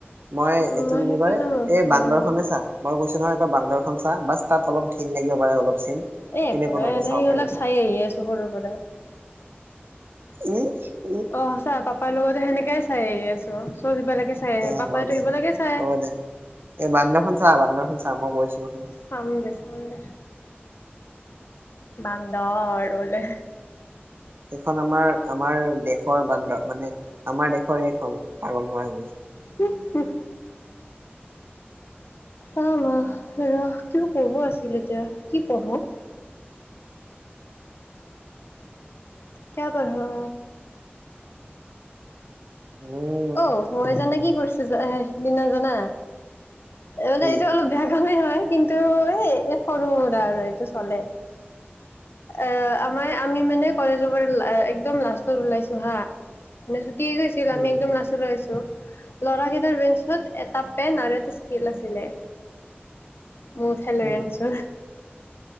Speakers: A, on the right; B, on the left.
A: মই
B: উম,
A: এইটো
B: মই
A: কি বুলি
B: সেইকাৰণে
A: কয়
B: নোৱাৰো।
A: এই বান্দৰখনে চা মই কৈছো নহয় এটা বান্দৰখন চা বাচ তাত অলপ ঘিণ লাগিব পাৰে অলপ চিন
B: এ
A: তেনেকুৱা
B: একো নাই
A: নোৱাকে
B: এ সেইবিলাক
A: চাব পাৰিবি
B: চাই আহি আছোঁ সৰুৰ পৰা। <inaudible>
A: উম উম
B: অঁ সঁচা পাপাৰ লগতে সেনেকাই চাই আহি আছোঁ চব সেইবিলাকে চাই
A: দে
B: আহি আছো। পাপাই
A: হ'ব দে
B: তো সিবিলাকে চাই।
A: হ'ব দে এই বান্দৰখন চা বান্দৰখন চা মই কৈ আছোঁ নহয়
B: চাম দে চাম দে। বান্দৰ বোলে
A: এইখন আমাৰ আমাৰ দেশৰ বান্দৰ মানে আমাৰ দেশৰে এইখন পালন হোৱা হৈ গৈছে।
B: হুহ হুহ অ মা, ৰহ কিবা ক'ব আছিলে এতিয়া কি পঢ়ো? কিয়া পঢ়ো।
A: উম
B: অ! মই জানে কি কৰিছো এ সিদিনা জানা? মানে
A: কি
B: এইটো অলপ বেয়া কমেই হয়, কিন্তু এই সৰু সুৰা আৰু এইটো চলে। অ, আমাৰ এই আমি মানে কলেজৰ পৰা অ একদম লাষ্টত ওলাইছো হা মিছুটি হৈ গৈছিল
A: উম
B: আমি ক্লাছলৈ আহিছো। ল'ৰা কেইটাৰ বেঞ্চত এটা পেন আৰু এটা স্কেল আছিলে। মই উঠাই লৈ
A: উম
B: আনিছো।